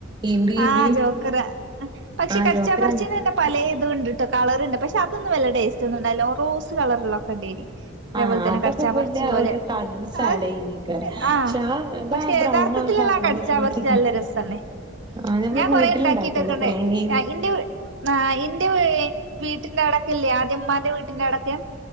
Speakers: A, on the right; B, on the right.
A: ഈമ്പി
B: ആഹ്
A: ഈമ്പി
B: ജോകരാ, പക്ഷെ
A: ആഹ്
B: കടിച്ചാ
A: ജോക്കര
B: പറച്ചേനെ തന്നെ പലേത് <unintelligible> ഇണ്ട് ട്ടോ കളറിണ്ട് പക്ഷെ അത് ഒന്നും വല്യ ടേസ്റ്റ് ഒന്നും ഉണ്ടായില്ല, റോസ് കളറിലൊക്കെ ഇണ്ടേയിനി. അതേപോലെ
A: ആഹ്
B: തന്നെ
A: അതൊക്കെ
B: കടിച്ചാ
A: പിന്നെ
B: പറച്ചി പോലെ
A: ഒരു കളേഴ്സ്
B: ആഹ്
A: ആഡ് ചെയ്യുന്നേക്കാരം
B: ആഹ്
A: പക്ഷെ ആ അതാ
B: പക്ഷെ
A: ബ്രൗൺ
B: യഥാർത്ഥത്തിലിള്ള
A: ആ കളറിലൊക്കെ
B: കടിച്ചാ
A: അതൊക്കെ
B: പറച്ചി നല്ല രെസ്സണേ,
A: ആഹ് ഞമ്മള്
B: ഞാൻ കൊറെ
A: വീട്ടിലുണ്ടാക്കുവല്ലോ
B: ഇണ്ടാക്കിട്ടൊക്കണ്ട്
A: തേങ്ങയും
B: ഏഹ് ഇന്റെ ആഹ് ഇന്റെ <unintelligible> വീട്ടിന്റെ അവടെ ല്യേ ആദ്യം ഉമ്മാൻറെ വീട്ടിന്റെ അവിടോക്കെ